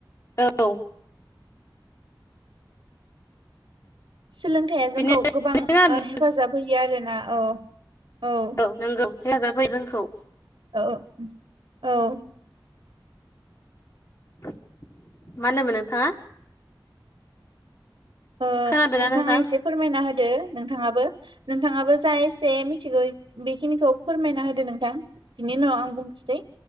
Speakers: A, on the left; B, on the right.
A: औ।
B: सोलोंथाइया
A: बिदिनो
B: जोंखौ गोबां
A: आरोना
B: हेफाजाब होयो आरोना औ औ।
A: नोंगौ हेफाजाब होैयो जोंखौ।
B: औ औ।
A: मा होनदोंमोन नोंथाङा।
B: ओ
A: खोनादोंना
B: नोंथाङा
A: नोंथां
B: एसे फोरमायना होदो नोंथाङाबो नोंथाङाबो जाय एसे मिथिगौ बेखिनिखौ फोरमायना होदो नोंथां बिनि उनाव आं बुंनोसै।